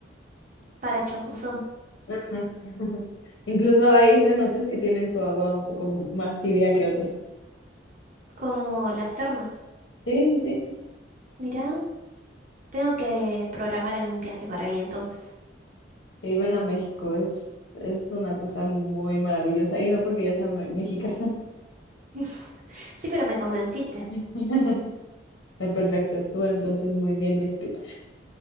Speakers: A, on the right (about 45°); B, on the left (about 80°).
A: Para chapuzón.
B: Ujú. <laughs> Incluso hay cenotes que tienen su agua un poco m- más tibia que otros.
A: Como las termas.
B: Sí, sí, sí.
A: Mirá, tengo que programar algún viaje para ahí entonces.
B: Y ven a México, es, es una cosa muy maravillosa. Y no porque yo sea me- mexicana.
A: <laughs> Sí, pero me convenciste.
B: <laughs> Eh, Perfecto, estuvo entonces muy bien mi speech.